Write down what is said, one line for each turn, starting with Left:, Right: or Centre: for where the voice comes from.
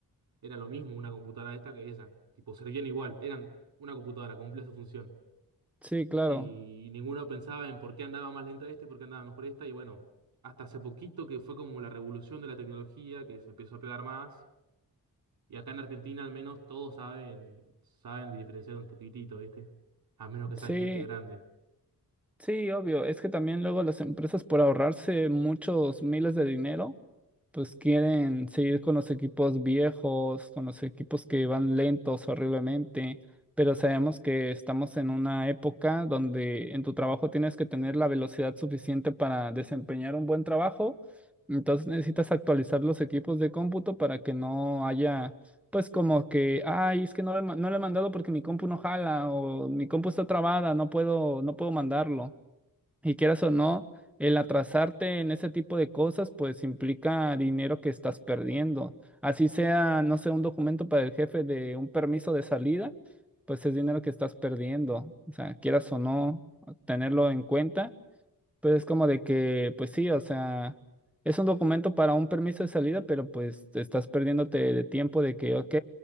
Right: era lo mismo una computadora esta que esa. Tipo, servían igual, eran una computadora, cumplía su función.
Centre: Sí, claro.
Right: Y, ninguno pensaba en por qué andaba más lenta este, por qué andaba mejor esta. Y bueno, hasta hace poquito que fue como la revolución de la tecnología, que se empezó a pegar más. Y acá en Argentina al menos todos saben, saben diferenciar un poquitito, ¿viste? A menos que sean
Centre: Sí,
Right: gente grande.
Centre: Sí, obvio. Es que también luego las empresas por ahorrarse muchos miles de dinero, pues quieren seguir con los equipos viejos, con los equipos que van lentos horriblemente. Pero sabemos que estamos en una época donde en tu trabajo tienes que tener la velocidad suficiente para desempeñar un buen trabajo. Entonces necesitas actualizar los equipos de cómputo para que no haya, pues como que, ay, es que no le, ma- no le he mandado porque mi compu no jala o mi compu está trabada, no puedo, no puedo mandarlo. Y quieras o no, el atrasarte en ese tipo de cosas, pues implica dinero que estás perdiendo. Así sea, no sé, un documento para el jefe de un permiso de salida, pues es dinero que estás perdiendo. O sea, quieras o no, tenerlo en cuenta. Pero es como de que, pues sí, o sea, es un documento para un permiso de salida, pero pues te estás perdiéndote de tiempo de que, ok,